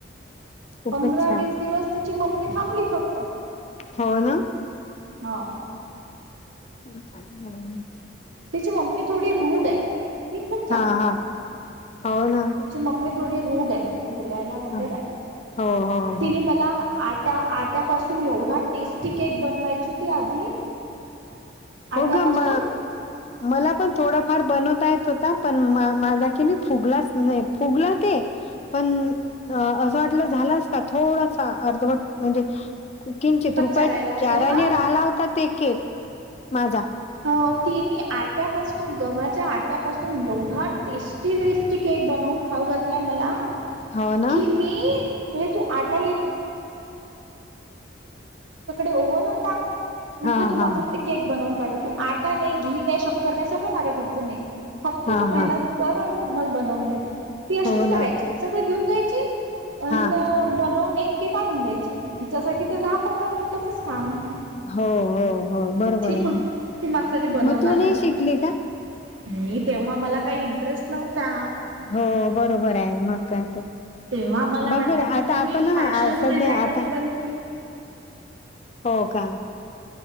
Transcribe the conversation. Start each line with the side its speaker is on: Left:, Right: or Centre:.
Left: खूपच
Right: पंधरा,
Left: छान
Right: वीस दिवस तिची मम्मी थांबली फक्त.
Left: हो ना
Right: हो.
Left: <unintelligible>
Right: तिची मम्मी थोडी रूड आहे. ती खूप
Left: हा हा. हो ना.
Right: त्याची मम्मी थोडी रूढ आहे बोलायला वगैरे.
Left: हो, हो,
Right: तिने
Left: हो.
Right: मला आता आट्यापासून एवढा टेस्टी केक बनवायची ती आधी. आट्यापासून
Left: हो ग म मला पण थोडाफार बनवता येत होता पण माझा कि नाही फुगलाच नाही फुगला ते. पण अ असं वाटलं झालाच काय थोडासा अर्धवट म्हणजे किंचित
Right: कच्चा
Left: रुपया
Right: राहिला असेल
Left: चाराने
Right: ना
Left: राहिला होता ते केक माझा.
Right: अ तीन्ही आट्यापासून गव्हाच्या आट्यापासून एवढा टेस्ट. तिनेच टेस्टी केक बनवून खाऊ घातला मला
Left: हो ना?
Right: कि मी <unintelligible> तिकड ओव्हन होता. म्हंटलं
Left: हां,
Right: तू माझं
Left: हां,
Right: केक बनवून पाठव तू आटा नाही घी नाही शक्कर नाही सगळं माझ्या घरचं नाही. फक्त
Left: हां,
Right: तू मेहनत
Left: हां.
Right: कर मग बनवून दे. ती अशीच
Left: हो
Right: करायची
Left: ना.
Right: सगळं घेऊन जायची. पण
Left: हां,
Right: बनवून एकेक आणून द्यायचे. तिच्यासाठी तर दहा पंधरा मिनिटाचच काम आहे.
Left: हो हो हो बरोबर
Right: ती
Left: आहे
Right: मग ती माझ्यासाठी बनवून
Left: मग तू
Right: आणायची
Left: नाही शिकली का?
Right: मी तेव्हा मला काही ट्रस्ट नव्हता.
Left: हो बरोबर आहे, मग काय तर.
Right: तेव्हा मला
Left: बघ
Right: वाटायचं
Left: बर आता
Right: की मी
Left: आपण
Right: फॅशन
Left: सध्या
Right: डिझायनर
Left: आता
Right: बनते
Left: हो का.